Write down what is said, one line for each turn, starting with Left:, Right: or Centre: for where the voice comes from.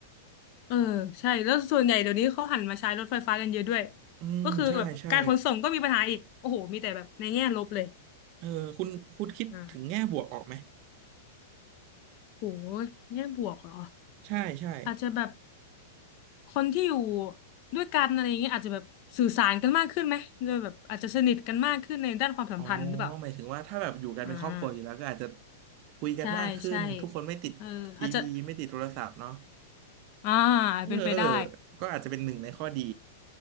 Left: เออใช่แล้วส่วนใหญ่เดี๋ยวนี้เขาหันมาใช้รถไฟฟ้ากันเยอะด้วย
Right: อืมใช่ใช่
Left: ก็คือแบบการขนส่งก็มีปัญหาอีกโอ้โหมีแต่แบบในแง่ลบเลย
Right: เออคุณคุณคิดถึงแง่บวกออกไหม
Left: อ่า โหแง่บวกเหรอ
Right: ใช่ใช่
Left: อาจจะแบบคนที่อยู่ด้วยกันอะไรอย่างเงี้ยอาจจะแบบสื่อสารกันมากขึ้นไหมโดยแบบอาจจะสนิทกันมากขึ้นในด้านความสัมพันธ์หรือเปล่า
Right: อ๋อหมายถึงว่าถ้าแบบอยู่กันเป็นครอบครัวอยู่แล้วก็อาจจะ
Left: อ่า
Right: คุยกันมากขึ้นทุกคนไม่ติดทีวีไม่ติดโทรศัพท์เนาะ
Left: ใช่ใช่เอออาจจะอ่า
Right: เออเออ
Left: เป็นไปได้
Right: ก็อาจจะเป็นหนึ่งในข้อดี